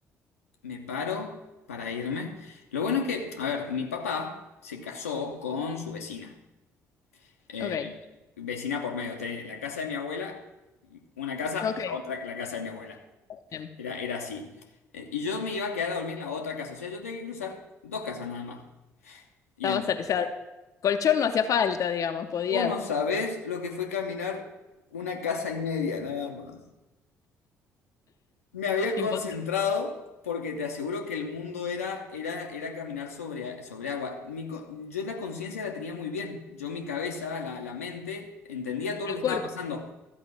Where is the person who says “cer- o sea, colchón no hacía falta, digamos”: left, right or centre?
Left